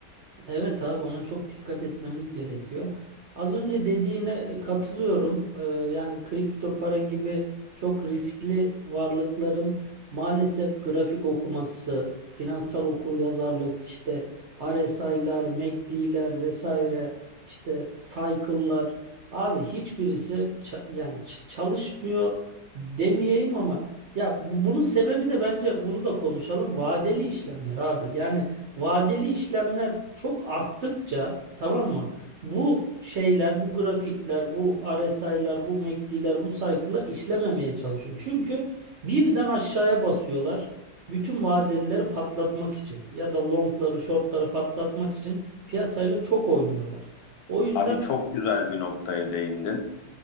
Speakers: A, on the right; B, on the left.
A: Evet abi ona çok dikkat etmemiz gerekiyor. Az önce dediğine e, katılıyorum. Ee, yani kripto para gibi çok riskli varlıkların maalesef grafik okuması, finansal okuryazarlık, işte RSI'lar, MACD'ler vesaire, işte cycle'lar. Abi hiçbirisi ça- yani ç- çalışmıyor demeyeyim ama ya bu- bunun sebebi de bence bunu da konuşalım. Vadeli işlemler abi. Yani vadeli işlemler çok arttıkça tamam mı? Bu şeyler, bu grafikler, bu RSI'lar, bu MACD'ler, bu cycle'lar işlememeye çalışıyor. Çünkü birden aşağıya basıyorlar. Bütün vadelileri patlatmak için ya da longları, shortları patlatmak için piyasayla çok oynuyorlar. O yüzden
B: Abi çok güzel bir noktaya değindin.